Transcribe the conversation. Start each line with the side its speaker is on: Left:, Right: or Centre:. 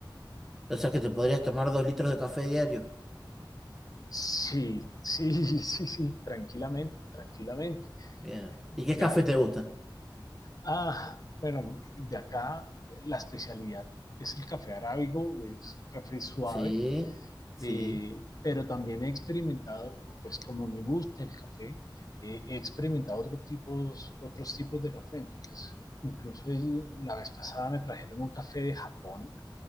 Centre: O sea que te podrías tomar dos litros de café diario.
Left: Sí, sí, <laughs> sí, sí, tranquilamente, tranquilamente.
Centre: Bien. ¿Y qué
Left: Ya,
Centre: café te gusta?
Left: Ah, bueno, de acá la especialidad es el café arábigo, es café suave,
Centre: Sí, sí.
Left: eh, pero también he experimentado, pues como me gusta el café, eh, he experimentado otros tipos, otros tipos de café. Entonces, incluso eh, la vez pasada me trajeron un café de Japón,